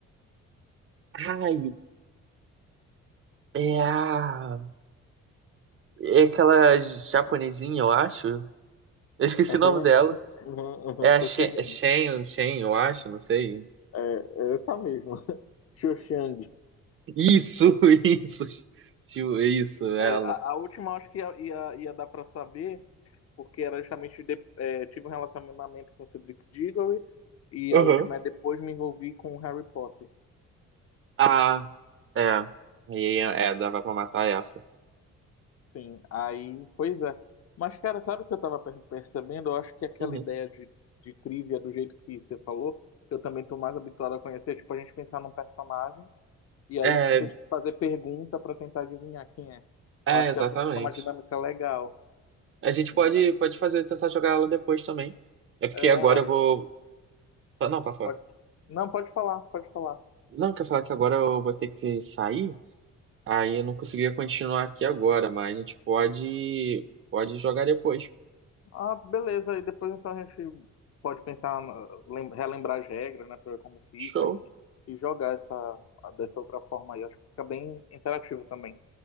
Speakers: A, on the right; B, on the left.
A: Ai, é a... É aquela japonesinha, eu acho. Eu esqueci
B: Aham,
A: o nome dela.
B: aham, aham,
A: É a
B: tá
A: Shen,
B: chegando.
A: é Shen, Shen, eu acho, não sei.
B: É, é, tá mesmo. <laughs> Xoxang.
A: Isso, <laughs> isso. Tio, Isso, ela.
B: É, a, a última eu acho que ia, ia, ia dar para saber, porque era justamente de- é, tive um relacionamento com Cedric Diggory e
A: Uhum.
B: a última é depois me envolvi com Harry Potter.
A: Ah, é. E Aí é, é, dava pra matar essa.
B: Sim, aí, pois é. Mas, cara, sabe o que eu tava per- percebendo? Eu acho que aquela
A: Uhum.
B: ideia de, de trivia, do jeito que você falou, eu também tô mais habituado a conhecer. Tipo, a gente pensar num personagem e aí
A: É,
B: você fazer pergunta pra tentar adivinhar quem é.
A: é,
B: Eu acho
A: exatamente.
B: que essa fica uma dinâmica legal,
A: A gente
B: né?
A: pode, pode fazer, tentar jogar ela depois também. É porque
B: É,
A: agora
B: eu acho
A: eu vou.
B: que
A: Ah, Não, pra falar.
B: pode... Não, pode falar, pode falar.
A: Não, quer falar que agora eu vou ter que sair? Aí eu não conseguia continuar aqui agora, mas a gente pode, pode jogar depois.
B: Ah, beleza. E depois então a gente pode pensar, na- lem- relembrar as regras, né, pra ver como fica
A: Show.
B: e, e jogar essa, dessa outra forma aí. acho que fica bem interativo também.